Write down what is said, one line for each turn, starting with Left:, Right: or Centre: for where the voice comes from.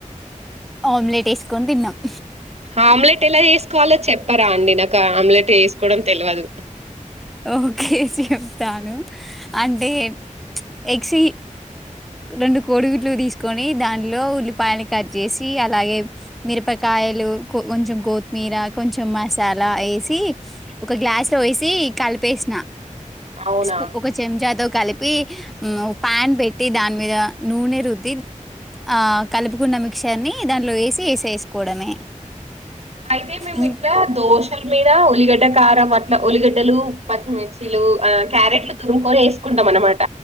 Centre: ఆమ్లెట్ వేసుకొని తిన్నమ్
Right: ఆమ్లెట్ ఎలా ఎసుకోవాలో చెప్పరా అండి, నాకు ఆమ్లెట్ ఎసుకోవడం తెల్వదు.
Centre: ఓకే చెప్తాను. అంటే ఎగ్ చీ రెండు కోడిగుడ్లు తీసుకొని, దానిలో ఉల్లిపాయని కట్ చేసి, అలాగే మిరపకా కాయలు కొంచెం కొత్మీర, కొంచెం మసాలా ఏసీ ఒక గ్లాస్ లో ఏసీ కలిపేసిన,
Right: అవునా
Centre: స్పూ ఒక చెంచా తో కలిపి ఉ పాన్ పె దాని మీద నూనె రుద్ది ఆ కలుపుకున్న మిక్స్చర్ ని దాంట్లో ఏసీ, ఏసేసుకోవడమే.
Right: అయితే మేము
Centre: ఇం
Right: ఇట్లా దోసల్ మీద ఉల్లిగడ్డ కారం అట్ల, ఉల్లిగడ్డలు, పచ్చిమిర్చిలు, క్యారెట్లు తురుముకొని ఏసుకుంటాం. మన మాట